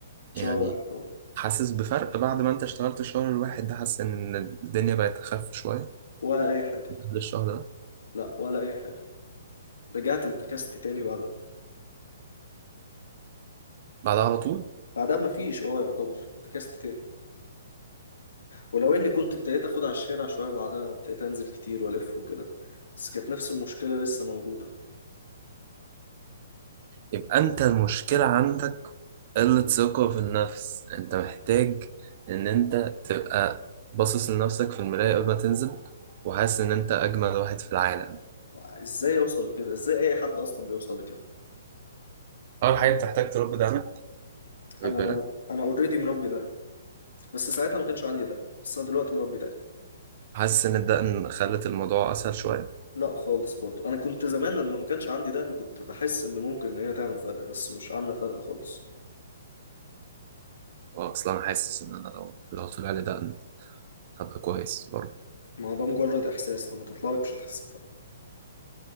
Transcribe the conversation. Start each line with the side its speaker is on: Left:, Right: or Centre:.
Right: يعني
Left: شهر واحد اه.
Right: حاسس بفرق بعد ما انت اشتغلت الشهر الواحد ده حاسس ان الدنيا بقت اخف شوية
Left: ولا اي حاجه
Right: بعد الشهر ده
Left: لا ولا اي حاجه رجعت انتكست تاني بعدها
Right: بعدها على طول
Left: بعدها مفيش اه يعتبر انتكست تاني ولو اني كنت ابتديت اخد على الشارع شويه بعدها وابتديت انزل كتير والف وكده بس كانت نفس المشكله لسه موجوده
Right: يبقى انت المشكلة عندك قلة ثقة في النفس انت محتاج ان انت تبقى باصص لنفسك في المراية قبل ما تنزل وحاسس ان انت اجمل واحد في العالم
Left: ازاي اوصل لكده ازاي اي حد اصلا بيوصل لكده
Right: اول حاجة بتحتاج تربي دقنك خد
Left: انا
Right: بالك
Left: انا اوريدي مربي دقن بس ساعتها ما كانش عندي دقن بس انا دلوقتي مربي دقن
Right: حاسس ان الدقن خلت الموضوع اسهل شوية
Left: لا خالص برضو انا كنت زمان لما ما كانش عندي ده انا كنت بحس ان ممكن ان هي تعمل فرق بس مش عامله فرق خالص
Right: اه اصلا حاسس ان انا لو لو طلع لي دقن هبقى كويس برضه
Left: ما هو ده مجرد احساس لما تطلع لك مش هتحس بفرق